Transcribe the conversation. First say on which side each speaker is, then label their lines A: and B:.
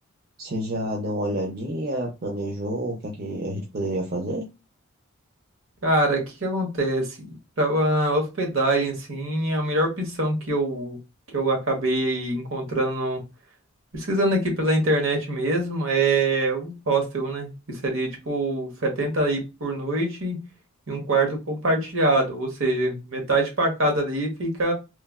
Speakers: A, on the right; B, on the right.
A: Você já deu uma olhadinha, planejou o que é que a gente poderia fazer?
B: Cara, o que que acontece? Pra a hospedagem, assim, é a melhor opção que eu, que eu acabei encontrando Pesquisando aqui pela internet mesmo, é o hostel, né? Que seria tipo 70 aí por noite e um quarto compartilhado, ou seja, metade para cada ali fica